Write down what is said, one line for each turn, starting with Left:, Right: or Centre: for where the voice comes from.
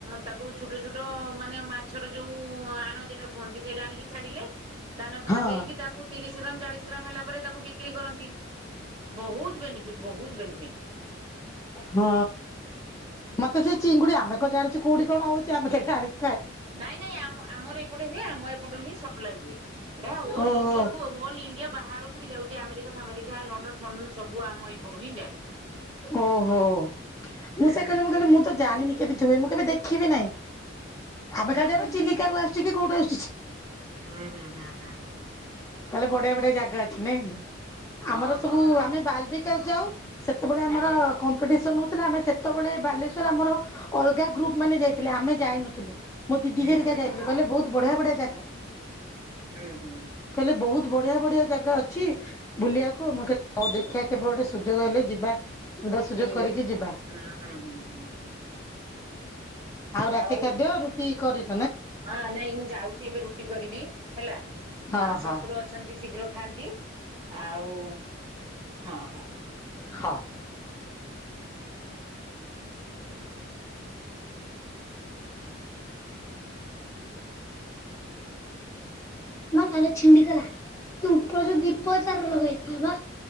Right: ତାକୁ ଛୋଟ ଛୋଟ ମାନେ ମାଛର ଯୋଉ ଆଣ ଯୋଉଟାକୁ କୁହନ୍ତି ସେଇଟା ଆଣିକି ଛାଡ଼ିଲେ ଦାନା ଫାନା
Left: ହଁ।
Right: ଦେଇକି ତାକୁ ତିରିଶ ଶ ଗ୍ରାମ୍ ଚାଳିଶ ଗ୍ରାମ୍ ହେଲା ପରେ ତାକୁ ବିକ୍ରି କରନ୍ତି ବହୁତ ବେନିଫିଟ୍ ବହୁତ ବେନିଫିଟ୍ ।
Left: ହଁ ମତେ ସେ ଚିଙ୍ଗୁଡି ଆମେ କଣ ଜାଣିଛୁ କୋଉଠି କଣ ହଉଛି ଆମେ କାଇଁ ଜାଣିବୁ।
Right: ନାଇଁ ନାଇଁ ଆମ ଆମର ଏପଟେ ହୁଏ ଆମ ଏପଟରୁ ହିଁ ସପ୍ଲାଏ ହୁଏ ଏଇଟା ଅଲ୍
Left: ଓହୋ।
Right: ଇଣ୍ଡିଆକୁ ଅଲ ଇଣ୍ଡିଆ ବାହାରକୁ ବି ଯାଉଛି ଆମେରିକା ଫାମେରିକା ଲଣ୍ଡନ ଫଣ୍ଡନ ସବୁ ଆମ ଏଇପଟ ହିଁ ଯାଏ
Left: ଓହୋ
Right: ହୁଁ।
Left: ମୁଁ ସେ କହିଲି ମୁଁ କହିଲି ମୁଁ ତ ଜାଣିନି କେମିତି ହୁଏ ମୁଁ କେବେ ଦେଖିବି ନାହିଁ। ଆମେ
Right: ହୁଁ
Left: ଖାଲି ଜାଣିଛୁ
Right: ହୁଁ
Left: ଚିଲିକାରୁ
Right: ହୁଁ
Left: ଆସୁଛି କି କୋଉଠି ଆସୁଚି
Right: ହୁଁ ହୁଁ ହୁଁ ହୁଁ ହୁଁ।
Left: ତାହେଲେ ବଢିଆ ବଢିଆ ଜାଗା ଅଛି ନାଇଁ କି।
Right: ହଁ
Left: ଆମର ସବୁ
Right: ହଁ ହଁ
Left: ଆମେ ବାଲବିକ ଯାଉ ସେତେବେଳେ ଆମର
Right: ହୁଁ ହୁଁ
Left: କମ୍ପିଟିସନ ହଉଛି। ଆମେ ସେତେବେଳେ ବାଲେଶ୍ୱର ଆମର ଅଲଗା ଗ୍ରୁପ ମାନେ ଯାଇଥିଲେ ଆମେ ଯାଇନଥିଲୁ। ମଁ ଦିଦି
Right: ହୁଁ
Left: ଜର ଯା
Right: ହୁଁ
Left: ଯାଇଥିଲି କହିଲେ ବହୁତ ବଢିଆ ବଢିଆ ଜାଗା
Right: ହୁଁ ହୁଁ
Left: କହିଲେ ବହୁତ ବଢିଆ ବଢିଆ ଜାଗା। ଅଛି। ବୁଲିବାକୁ ଆମ ଦେଖିବା କେବେ ଗୋଟେ ସୁଯୋଗ ହେଲେ ଯିବା। ସୁବିଧା ସୁଯୋଗ
Right: ଠିକ
Left: କରିକି
Right: ଅଛି
Left: ଯିବା
Right: ହୁଁ ହୁଁ ହୁଁ ହୁଁ ହୁଁ।
Left: ଆଉ ରାତି
Right: ହଉ
Left: ଖାଦ୍ୟ ରୁଟି କରିିବ।
Right: ହଁ ନାଇଁ ମୁଁ ଯାଉଛି ଏବେ ରୁଟି କରିବି ହେଲା
Left: ହଁ ହଁ
Right: ଶଶୁର ଅଛନ୍ତି ଶୀଘ୍ର ଖାଆନ୍ତି। ଆଉ ହଁ ହଁ।
Left: ହଁ। <inaudible> ମା ତାର ଛିଣ୍ଡିଗଲା ତ ଉପର ଯୋଉ ଦୀପ ତାର ଲଗେଇାଇଥିଲା ବା